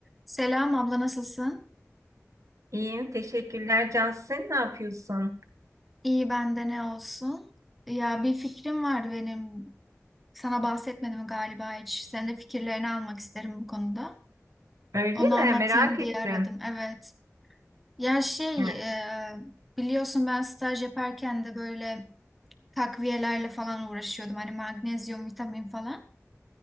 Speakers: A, in the centre; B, on the right.
A: Selam abla nasılsın?
B: İyiyim, teşekkürler Cansin. Ne yapıyorsun?
A: İyi bende ne olsun? Ya bir fikrim vardı benim. Sana bahsetmedim galiba hiç. Senin de fikirlerini almak isterim bu konuda.
B: Öyle
A: Onu anlatayım
B: mi? Merak
A: diye
B: ettim.
A: aradım. Evet. Ya şey
B: Evet.
A: e, biliyorsun ben staj yaparken de böyle takviyelerle falan uğraşıyordum. Hani magnezyum, vitamin falan.